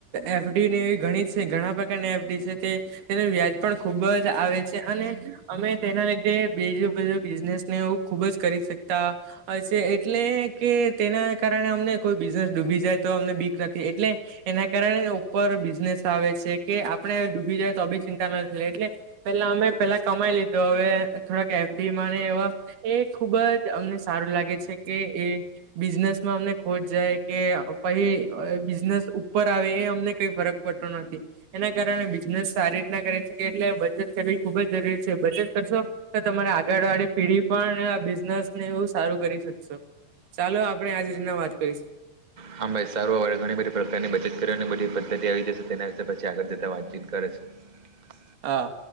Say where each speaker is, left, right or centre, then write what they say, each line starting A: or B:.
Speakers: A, on the right; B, on the right.
A: એફડી ઘણી ઘણા પ્રકારની એફડી છે તે તેનું વ્યાજ પણ ખૂબ ખુબ જ આવે છે અને અમે તેના લીધે બીજો બધો બિઝનેસ ને એ ખુબ જ કરી શકીએ એટલે કે તેના કારણે અમને કોઈ બિઝનેસ ડૂબી જાય તો અમને બી નથી એટલે એના કારણે ઉપર બિઝનેસ આવે છે કે આપડે ડૂબી જાય તો બી ચિંતા ન એટલે પેલા અમે પેલા કમાઈ લીધો હવે થોડાક એફડીમાં ને એવા એ ખુબ જ અમને સારું લાગે છે કે એ બિઝનેસમાં અમને ખોટ જાય કે પછી બિઝનેસ ઉપર આવે એ અમને કઈ ફરક પડતો નથી એના કારણે બિઝનેસ સારી રીતના કરી એટલે બચત કરવી ખુબ જ જરૂરી છે બચત કરશો તો તમારે આગળ વાળી પીઢી પણ બ હું સારું કરી શકશો ચાલો આપણે આજ રીતના વાત કરીશું
B: હા ભાઈ સારું હવાળ ઘણી બધી પ્રકારની બચત કરની બધી પદ્ધતિ આવી જશે તેના વિશે પછી આગળ જતા વાતચીત કરે છે હ
A: હા